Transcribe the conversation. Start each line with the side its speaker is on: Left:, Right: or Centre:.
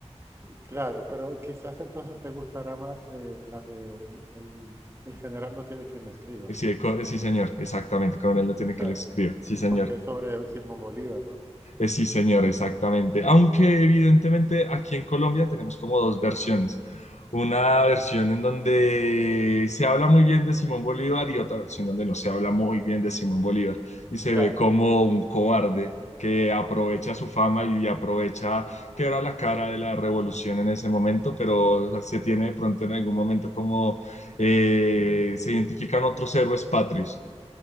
Right: qu- claro, pero quizás entonces te gustará más eh, la de el, el general no tiene quien le escriba,
Left: Eh, Sí, el co- eh, sí, señor, exactamente. Coronel no tiene
Right: claro,
Left: que lo escriba. Sí, señor.
Right: porque es sobre Simón Bolívar, ¿no?
Left: Eh, sí, señor, exactamente. Aunque evidentemente aquí en Colombia tenemos como dos versiones. Una versión en donde se habla muy bien de Simón Bolívar y otra versión donde no se habla muy bien de Simón Bolívar y se
Right: Claro.
Left: ve como un cobarde que aprovecha su fama y aprovecha que era la cara de la revolución en ese momento, pero se tiene de pronto en algún momento como eh, se identifican otros héroes patrios.